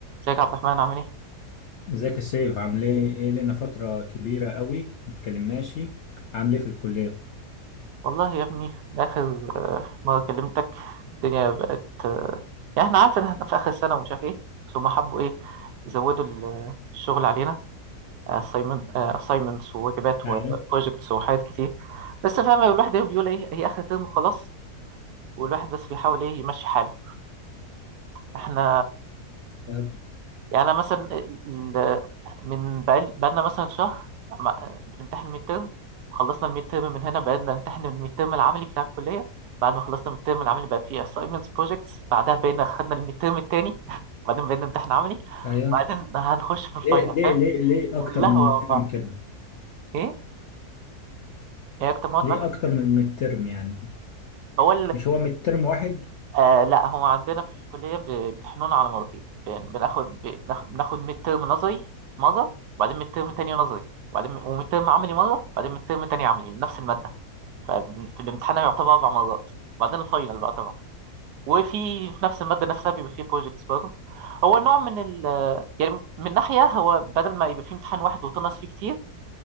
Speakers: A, on the right; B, on the left.
A: ازيك يا عبد الرحمن عامل ايه؟
B: ازيك السيف عامل ايه؟ ايه لنا فترة كبيرة قوي متكلمناش عامل ايه في الكلية؟
A: والله يا ابني من آخر مرة كلمتك الدنيا بقت يعني احنا عارف ان احنا في آخر السنة ومش عارف ايه بس هما حبوا ايه يزودوا ال- الشغل علينا assignments وواجبات
B: ايوه
A: وبروجكتس وحاجات كتير بس فاهم الواحد ايه بيقول ايه هي آخر ترم خلاص والواحد بس بيحاول ايه يمشي حاله احنا
B: طب،
A: يعني أنا مثلا ال- ال- من بقال- بقالنا مثلا شهر عم- بنمتحن الميد ترم خلصنا الميد ترم من هنا بقينا نمتحن الميد ترم العملي بتاع الكلية بعد ما خلصنا الميد ترم العملي بقى فيه assignments projects بعدها بقينا خدنا الميد ترم التاني <laughs> بعدين بقينا نمتحن عملي
B: ايوه
A: بعدين هنخش في الفاينل
B: ليه ليه
A: فاهم
B: ليه ليه
A: كلها
B: اكتر من
A: ورا
B: مترم
A: بعض
B: كده؟
A: ايه ايه اكتر مواد
B: ليه
A: معاك
B: اكتر من مترم يعني؟
A: هو
B: مش هو مترم واحد؟
A: آه لا هو عندنا في الكلية ب- بنحنون على مرتين بن- بناخد بناخد بناخد ميد ترم نظري مرة وبعدين ميد ترم تاني نظري وبعدين وميد ترم عملي مرة وبعدين ميد ترم تاني عملي نفس المادة ففي الامتحان يعتبر أربع مرات وبعدين الفاينل بقى طبعا وفي في نفس المادة نفسها بيبقى فيه بروجكتس برضه هو نوع من ال آه، يعني من ناحية هو بدل ما يبقى فيه امتحان واحد وتنقص فيه كتير